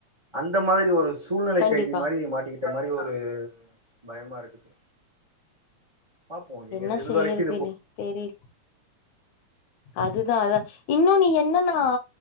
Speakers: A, on the right; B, on the left.
A: அந்த மாதிரி ஒரு விஷ் சூழ்நிலை
B: கண்டிப்பா
A: கைதி மாரி மாட்டிக்கிட்ட மாரி ஒரு பயமா இருக்குது பாப்போ எங்க
B: என்ன
A: இது
B: செய்யறதுன்னே
A: வரைக்கு இது போ
B: தெரியில அதுதா அதா இன்னு நீ என்னன்னா